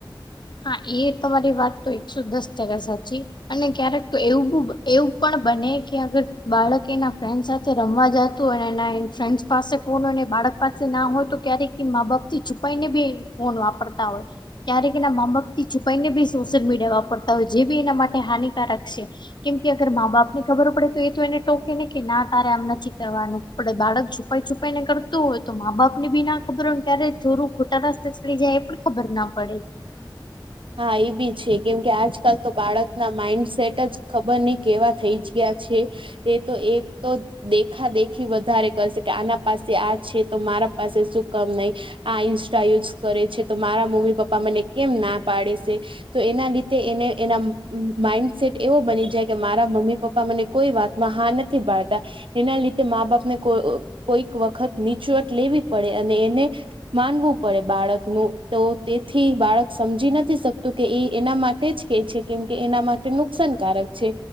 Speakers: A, on the left (about 60°); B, on the right (about 80°).
A: હા એ તમારી વાત તો એકસો દસ ટકા સાચી. અને ક્યારેક તો એવું એવું પણ બને કે અગર બાળક એના ફ્રેન્ડ સાથ જે રમવા જતું અને એના ફ્રેન્ડ્સ પાસે ફોન હોયને બાળક પાસે ના હોય તો ક્યારેક કે માં બાપ થી છુપાઈને બી ફોન વાપરતા હોય. ક્યારેક એના માંબાપથી છુપાઈને બી સોશિયલ મીડિયા વાપરતા હોય, જે બી એના માટે હાનિકારક છે. કેમ કે અગર માં બાપ ને ખબર પડે તો એ તો એને ટોકે ને કે ના તારે આમ નથી કરવાનું ડે બાળક છુપાઈ છુપાઈ ને કરતું હોય, તો મા બાપને બી ના ખબર હોય ને ત્યારે ચોરું ખોટા રસ્તા થઈ જાય એ પણ ખબર ના પડે.
B: હા એ બી છે, કેમકે આજકાલ તો બાળકના માઈન્ડસેટ જ ખબર નઈ કેવા થઈ જ ગયા છે. એ તો એ તો દેખા દેખી વધારે કરશે, કે આના પાસે આ છે તો મારા પાસે શું કમ નઈ. આ ઇન્સ્ટા યુઝ કરે છે, તો મારા મમ્મી પપ્પા મને કેમ ના પાડે છે. તો એના લીધે એને એના માઇન્ડસેટ એવો બની જાય, કે મારા મમ્મી પપ્પા મને કોઈ વાતમાં હા નથી પાડતા. એના લીધે માંબાપને કોઈક વખત નીચવટ લેવી પડે. અને એને માનવું પડે બાળકનું, તો તેથી બાળક સમજી નથ થી શકતું કે એ એના માટે જ કે છે કેમ કે એના માટે નુકસાનકારક છે.